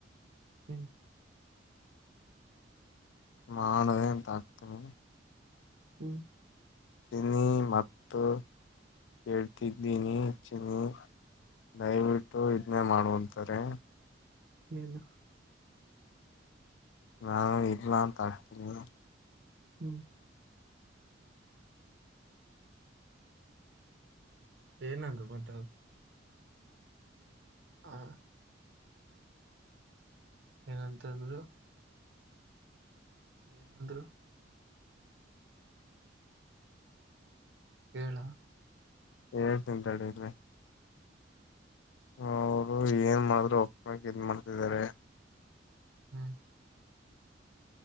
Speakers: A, on the right; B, on the left.
A: ಹ್ಮ್
B: ಮಾಡದೆ ಅಂತ ಆಗ್ತೀನಿ
A: ಹ್ಮ
B: ಚಿನಿ ಮತ್ತು ಹೇಳ್ತಿದ್ದೀನಿ ಚಿನಿ ದಯವಿಟ್ಟು ಇದನ್ನೇ ಮಾಡುವಂತಾರೆ
A: ಏನು
B: ನಾನು ಇಲ್ಲಾ <unintelligible>
A: ಹ್ಮ್ ಏನಂದ್ರು ಮತ್ತೆದು ಹಾ ಏನಂತ ಅಂದರು ಏನಂದ್ರು ಏಳ
B: ಹೇಳ್ತಿನ್ ತಡಿರಿ ಅವರು ಏನ್ ಮಾಡ್ರರು ಒಪ್ಪಕ ಇದ ಮಾಡ್ತಿದ್ದಾರೆ
A: ಹ್ಮ